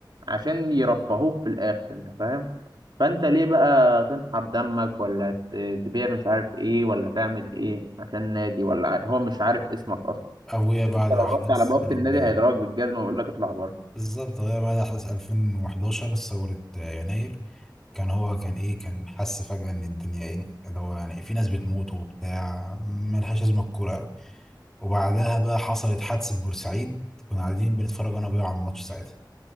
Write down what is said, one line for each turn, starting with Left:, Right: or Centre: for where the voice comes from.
Right: عشان يرفهوك في الاخر انت فاهم فانت ليه بقى تنحر دمك ولا ت- تبيع مش عارف ايه ولا تعمل ايه عشان نادي ولا ع- هو مش عارف اسمك اصلا
Centre: أو هي بعد
Right: انت لو
Centre: أحداث
Right: رحت على بوابة
Centre: آه،
Right: النادي هيضربك بالجزمة ويقول لك اطلع بره
Centre: بالظبط هي بعد أحداث 2011 ثورة آه، يناير كان هو كان إيه كان حس فجأة إن الدنيا إيه اللي هو يعني في ناس بتموت وبتاع ملهاش لازمة الكورة أوي وبعدها بقى حصلت حادثة بورسعيد كنا قاعدين بنتفرج أنا وأبويا على الماتش ساعتها